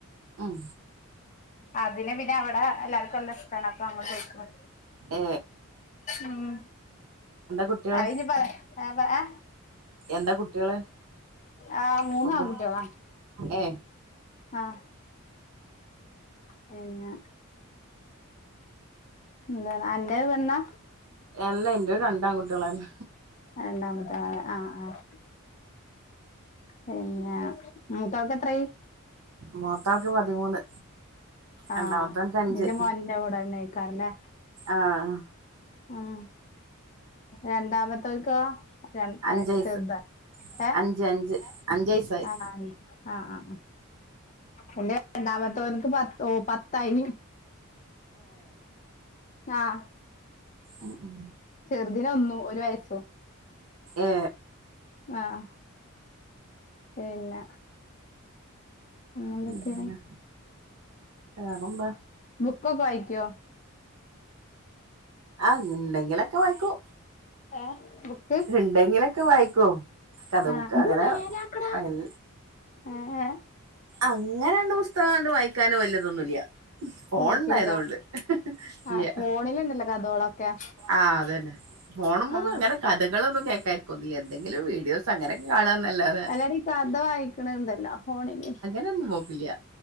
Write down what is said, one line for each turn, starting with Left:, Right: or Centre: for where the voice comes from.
Right: ഉം
Left: അതിനെ പിന്നെ അവടെ എല്ലാർക്കും നല്ല ഇഷ്ടാണ് അപ്പൊ അങ്ങോട്ട് പോയിക്കണ്
Right: ഏ
Left: ഉം
Right: കുട്ടികള്
Left: ആയിന് <unintelligible>
Right: എന്താ കുട്ടികള്
Left: ആഹ് മൂന്ന്
Right: പെൺകു
Left: ആൺകുട്ടികളാ
Right: ഏ
Left: ആഹ് പിന്നെ എന്താണ് അന്റേത് പെണ്ണാ
Right: അല്ലാ എന്റെ രണ്ടാൺകുട്ടികളാണ്
Left: രണ്ടാൺകുട്ടികളാ ആഹ് ആഹ് പിന്നെ മൂത്തയാൾക്ക് എത്രയായി
Right: മൂത്തയാൾക്ക് പതിമൂന്ന് രണ്ടാമത്തോൻക്ക്
Left: ആഹ്
Right: അഞ്ച്
Left: എന്റെ മോനിന്റെ കൂടെന്നെയിക്കാറല്ലേ
Right: ആഹ്
Left: ആഹ് രണ്ടാമത്തെവക്കോ <unintelligible> ആണോ
Right: അഞ്ച്
Left: ആഹ്
Right: വയസ്സ് അഞ്ച് അഞ്ച് അഞ്ച് വയസ്സായി
Left: ആഹ് ആഹ് ആഹ് എൻ്റെ രണ്ടാമത്ത വനുക്ക് പത്ത ഓ പത്തായിന് ആഹ്
Right: ഉം ഉം
Left: ചെറുതിന് ഒന്നും ഒരു വയസും
Right: ഏ
Left: ആഹ് പിന്നെ എന്തൊക്കെയാണ്
Right: പിന്നേ വേറെന്താ
Left: ബുക്കൊക്കെ വായിക്കോ
Right: ആഹ് എന്തെങ്കിലൊക്കെ വായിക്കും
Left: ഏ ബുക്ക്
Right: ഇണ്ടെങ്കിലൊക്കെ വായിക്കും കഥ
Left: ആഹ്
Right: ബുക്ക്
Left: ഇത്
Right: അങ്ങനെ
Left: നേരെയാക്കട
Right: വൽ
Left: ഏ ഏ
Right: അങ്ങനാണ്ട് പുസ്തകണ്ട് വായിക്കാന് വല്ല്യ ഇതൊന്നുമില്ല്യ ഫോണുണ്ടായതുകൊണ്ട്
Left: പോക്കില്ല
Right: ഇല്ല്യാ
Left: ആ ഫോണിലുണ്ടല്ലോ <unintelligible>
Right: ആഹ് അതന്നെ ഫോണുമേ
Left: ആ
Right: അങ്ങനെ കഥകളൊന്നും കേ ക്കുവൊന്നുമില്ല്യാ എന്തെങ്കിലും വീഡിയോസ് അങ്ങനെയൊക്കെ കാണുവാന്നല്ലാതെ
Left: അല്ലാടി കഥ വായിക്കണുണ്ടല്ലോ ഫോണില്
Right: അതൊന്നും നോക്കില്ല